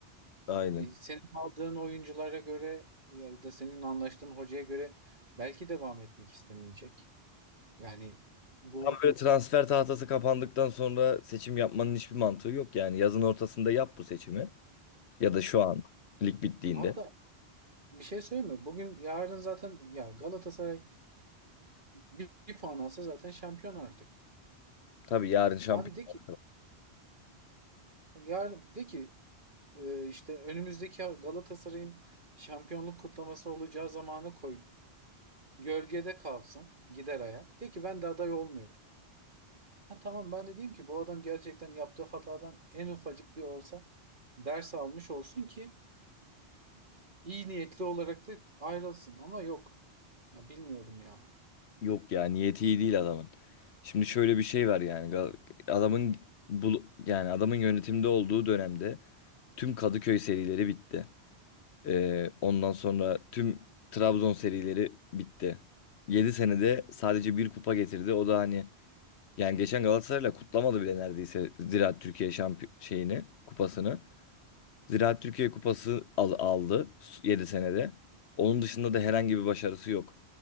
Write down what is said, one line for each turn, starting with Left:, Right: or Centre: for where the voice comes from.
Left: Aynen.
Right: E, senin aldığın oyunculara göre ya da senin anlaştığın hocaya göre belki devam etmek istemeyecek. Yani bu
Left: Tam böyle transfer tahtası kapandıktan sonra seçim yapmanın hiçbir mantığı yok yani. Yazın ortasında yap bu seçimi. Ya da şu an lig bittiğinde.
Right: hatta bir şey söyleyeyim mi? Bugün yarın zaten ya Galatasaray bir, bir puan alsa zaten şampiyon artık.
Left: Tabii yarın şampiyon.
Right: Abi de ki yarın de ki e, işte önümüzdeki Galatasaray'ın şampiyonluk kutlaması olacağı zamanı koy Gölgede kalsın. Gider ayak. De ki ben de aday olmuyorum. Ha tamam ben de diyeyim ki bu adam gerçekten yaptığı hatadan en ufacık bir olsa ders almış olsun ki iyi niyetli olarak da ayrılsın. Ama yok. Ya bilmiyorum ya.
Left: Yok ya niyeti iyi değil adamın. Şimdi şöyle bir şey var yani. Gal- Adamın bu yani adamın yönetimde olduğu dönemde tüm Kadıköy serileri bitti. Ee, ondan sonra tüm Trabzon serileri bitti. yedi senede sadece bir kupa getirdi. O da hani yani geçen Galatasaray'la kutlamadı bile neredeyse Ziraat Türkiye şampiyon şeyini, kupasını. Ziraat Türkiye kupası al- aldı 7 senede. Onun dışında da herhangi bir başarısı yok.